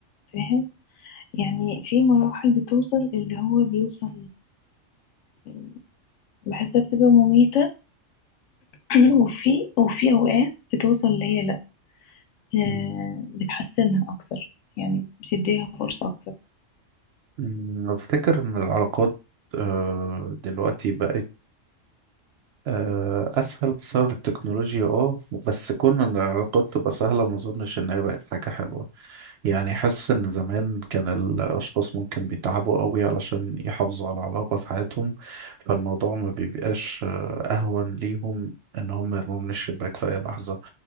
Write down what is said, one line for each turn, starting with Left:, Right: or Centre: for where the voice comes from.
Left: فاهم يعني في مراحل بتوصل اللي هو بيوصل آه، بحسها بتبقى مميته <clears throat> وفي وفي اوقات بتوصل اللي هي لا آه،
Right: مم.
Left: بتحسنها اكتر يعني بتديها فرصه اكتر
Right: أمم، أفتكر إن العلاقات آه، دلوقتي بقت آه، أسهل بسبب التكنولوجيا اه بس كون إن العلاقات تبقى سهلة ما أظنش إن هي بقت حاجة حلوة يعني حاسس إن زمان كان الأشخاص ممكن بيتعبوا قوي علشان يحافظوا على علاقة في حياتهم فالموضوع ما بيبقاش آه، أهون ليهم إن هم يرموا من الشباك في أي لحظة